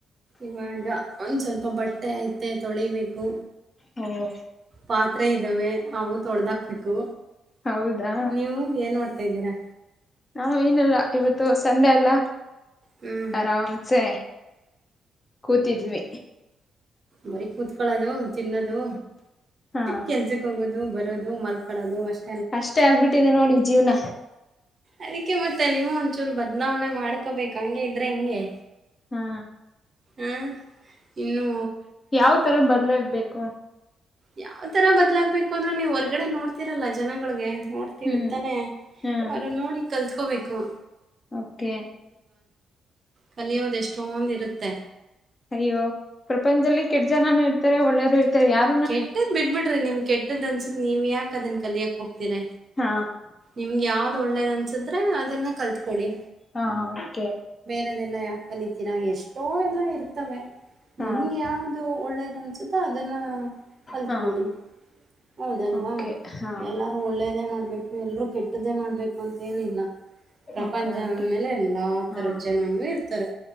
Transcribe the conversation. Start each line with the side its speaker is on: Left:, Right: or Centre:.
Right: ಇವಾಗ ಒಂದ್ ಸ್ವಲ್ಪ ಬಟ್ಟೆ ಐತೆ ತೊಳಿಬೇಕು
Left: ಹೌ
Right: ಪಾತ್ರೆ ಇದ್ದಾವೆ ಅವು ತೊಳದಾಕ್ಬೇಕು
Left: ಹೌದಾ
Right: ನೀವು ಏನ್ ಮಾಡಡ್ತ ತ ಇದ್ದೀರಾ
Left: ನಾವ ಏನಲ್ಲ ಇವತ್ತು ಸಂಡೆ ಅಲ್ಲ
Right: ಹ್ಞೂ
Left: ಆರಾಮ್ಸೆ ಕೂತಿದ್ವಿ
Right: ಬರಿೀ ಕುೂತ್ಕೊಳ್ಳದು ತಿನ್ನದು
Left: ಹಾ
Right: ಕೆಲ್ಸಕ್ ಹೋಗೋದು ಬರಿ ಮಲ್ಕೊಳ್ಳೋದು ಅಷ್ಟ
Left: ಅಷ್ಟೇ ಆಗ್ಬಿಟ್ಟಿದೆ ನೋಡಿ ಜೀವನ
Right: ಅದಕ್ಕೆ ಮತ್ತೆ ನೀವು ಒಂಚೂರು ಬದ್ಲಾವಣೆ ಮಾಡ್ಕೋಬೇಕು ಹಂಗೆ ಇದ್ರೆ ಹೆಂಗೆ
Left: ಹಾ
Right: ಹ ಇನ್ನುೂ
Left: ಯಾವ್ ತರ ಬದ್ಲಾಗಬೇಕು
Right: ಯಾವ್ ತರ ಬದ್ಲಾಗ್ಬೇಕು ಅಂದ್ರ ನೀವ್ ಹೊರ್ಗಡೆ ನೋಡ್ತಿೀರಲ್ಲ ಜನಗಳಿಗೆ ನೋಡ್ತಿವಿ
Left: ಹ್ಮ್
Right: ತಾನೆ
Left: ಹ್ಮ್
Right: ಅವ್ರು ನೋಡಿ ಕಲ್ತ್ಕೋಬೇಕು
Left: ಓಕೆ
Right: ಕಲಿಯೋದೆ ಎಷ್ಟೊಂದಿರುತ್ತೆ
Left: ಅಯ್ಯೋ ಪ್ರಪಂಚದಲ್ಲಿ ಕೆಟ್ಟ ಜನ ಇರ್ತಾರೆ ಒಳ್ಳೆರು ಇರ್ತಾರೆ ಯಾರು
Right: ಕೆಟ್ಟದ್ ಬಿಡ್ ಬಿಡ್ರಿ ನಿಮ್ ಕೆಟ್ಟದ್ ಅನ್ಸುದತ್ ನೀವ ಯಕಕ್ ಅದನ್ ಕಲಿಯಕಕ್ ಹೋಗ
Left: ಹಾ
Right: ನಿಮ್ಗೆ ಯಾವ್ದ್ ಒಳ್ಳೇದ ಅನ್ಸಿದ್ರೆ ಅದನ್ನ ಕಲ್ತ್ಕೊಳ್ಳಿ
Left: ಹಾ ಓಕೆ
Right: ರದೆಲ್ಲ ಯಾಕ ಕಲಿತೀರಾ ಎಷ್ಟೋ ಎಲ್ಲ ಇರ್ತವೆ
Left: ಹಾ
Right: ನಿಮ್ಗೆ ಯಾವ್ದು ಒಳ್ಳೇದ ಅನ್ಸುತ್ತ ಅದನ್ನ ಕಲ್ತ್ಕೊಡಿ
Left: ಹಾ
Right: ಹೌದಲ್ವಾ
Left: ಓಕೆ ಹಾ
Right: ಎಲ್ಲಾರೂ ಒಳ್ಳ ಒಳ್ಳೇದೇ ಮಾಡ್ಬೇಕು ಎಲ್ರೂ ಕೆಟ್ಟದ್ದೇ ಮಾಡ್ಬೇಕು ಅಂತೇನಿಲ್ಲ ಪ್ರಪಂಚ
Left: ಓಕೆ ಓಕೆ
Right: ಮೇಲೆ ಎಲ್ಲಾ
Left: ಹಾ
Right: ತರದ ಜನಾನ ಇರ್ತಾರೆ